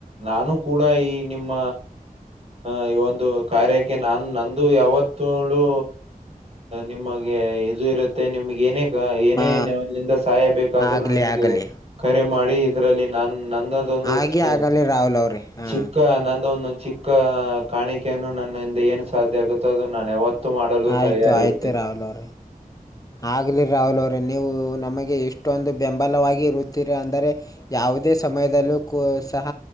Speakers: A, on the right; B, on the left.
A: ನಾನು ಕೂಡಾ ಈ ನಿಮ್ಮ ಹ ಈ ಒಂದು ಕಾರ್ಯಕ್ಕೆ ನಾನು ನಂದು ಯಾವತ್ತ ಅಳು ನಿಮಗೆ ಇದು ಇರುತ್ತೆ ನಿಮ್ಗೆ ಏನೆ ಏನೇ
B: ಹಾ
A: ಇಲ್ಲಿಂದ ಸಹಾಯಬೇಕು ಆದ್ರು
B: ಆಗ್ಲಿ
A: ನನಗೆ
B: ಆಗಲಿ
A: ಕರೆ ಮಾಡಿ ಇದರಲ್ಲಿ ನಾನ ನನ್ನದೊಂದು
B: ಹಾಗೆ
A: ಚಿಕ್ಕ
B: ಆಗಲಿ ರಾಹುಲ್ ಅವ್ರಿ ಹಾ
A: ಚಿಕ್ಕ ನಂದೊಂದು ಚಿಕ್ಕ ಕಾಣಿಕೆಯನ್ನು ನನ್ನಿಂದ ಏನು ಸಾಧ್ಯ ಆಗುತ್ತೋ ಅದು ನಾನು ಯಾವತ್ತು ತುತ್ತು ಮಾಡಲು
B: ಆಯ್ತು
A: ತಯಾರಿ
B: ಆಯ್ತು
A: ಇರುತ್ತೇ.
B: ರಾಹುಲ್ ಅವ್ರೆ ಆಗ್ಲಿ ರಾಹುಲ್ ಅವ್ರಿ ನೀವು ನಮಗೆ ಇಷ್ಟೊಂದು ಬೆಂಬಲವಾಗಿ ಇರುತ್ತಾರೆ ಅಂದರೆ ಯಾವುದೇ ಸಮಯದಲ್ಲೂ ಕೂಡ ಸಹ